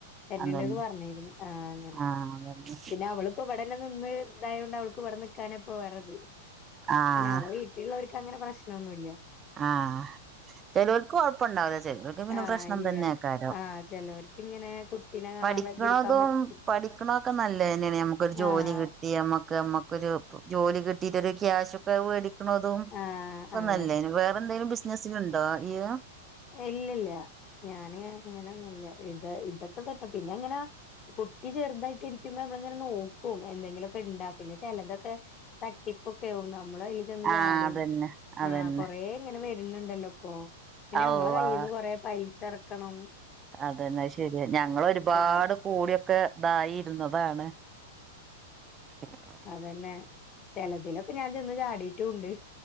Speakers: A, on the left; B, on the right.
A: എന്നണ്ടന്ന്
B: അതന്നെ
A: പറഞ്ഞരുന്നു ആ അങ്ങനെ
B: ആഹ് അതന്നെ
A: പിന്നെ അവളിപ്പോ ഇവിടന്നെ നിന്ന് ഇതായോണ്ട് അവൾക്ക് ഇവിടെ നിൽക്കാനപ്പോ വരത്
B: ആഹ്
A: അന്നെ അവള വീട്ടിലുള്ളവർക്ക് അങ്ങനെ പ്രശ്നമൊന്നുമില്ല
B: ആഹ് ചേലോൽക് കൊഴപ്പുണ്ടാവില്ല ചേലോൽക് പിന്നെ
A: ആഹ്
B: പ്രശ്നം
A: ഇല്ല
B: തന്നെയ്ക്കാരം.
A: ആഹ് ചെലോർക്ക് ഇങ്ങനെ കുട്ടിനെ കാണാൻ
B: പഠിക്കണതും
A: പ ഇരിക്കാൻ പറ്റി
B: പഠിക്കണൊക്കെ നല്ലതന്നെയാണ് നമുക്കൊരു ജോലി
A: ആഹ്
B: കിട്ട- യ്യമ്മക്ക് നമ്മക്കൊരു ജോലി കിട്ടിട്ടൊരു ക്യാഷ് ഒക്കെ- ണതും
A: ആഹ്
B: ഇപ്പൊ
A: അതെ
B: നല്ലേ വേറെ എന്തെങ്കലും ബിസിനസിലുണ്ടോ ഈയ്
A: ഇല്ലല്ല ഞാന് അങ്ങനെന്നുല്ല ഇത് ഇതൊക്കെ തന്നെ പിന്നെ അങ്ങനെ കുട്ടി ചെറുതായിട്ട് ഇരിക്കുമ്പോ നമ്മള ഇങ്ങനെ നോക്കും എന്തെങ്കിലും- ക്കിണ്ടാ പിന്നെ ചിലതൊക്കെ തട്ടിപൊക്കെയാകും നമ്മള് അതിൽ ചെന്ന്
B: ആഹ്
A: ചാടും
B: അതന്നെ അതന്നെ
A: ആഹ് കൊറേ ഇങ്ങനെ വരുന്നുണ്ടല്ലോ ഇപ്പൊ പിന്ന
B: അള്ളാ
A: നമ്മളെ കയ്യിൽന്ന് കൊറേ പൈസ ഇറക്കണം.
B: അതെന്നാഅത് ശരി ഞങ്ങള് ഒരുപാട്
A: ഇണ്ട്
B: കൂടിയൊക്കെ ഇതായി ഇരുന്നതാണ് <inaudible>
A: പിന്നെ ചിലതിലൊക്കെ ഞാൻ ചെന്ന് ചാടിട്ടുംണ്ട്.